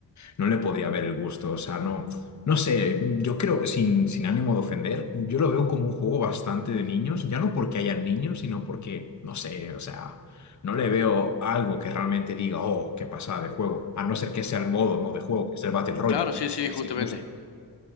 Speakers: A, on the left (about 40°); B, on the left (about 70°).
A: no le podría ver el gusto, o sea, no, no sé, yo creo, sin, sin ánimo de ofender, yo lo veo como un juego bastante de niños, ya no porque hayan niños, sino porque, no sé, o sea, no le veo algo que realmente diga, oh, qué pasada de juego, a no ser que sea el modo, ¿no? de juego, que es el Battle Royale,
B: Claro, sí, sí,
A: pues
B: justamente.
A: sí, justo.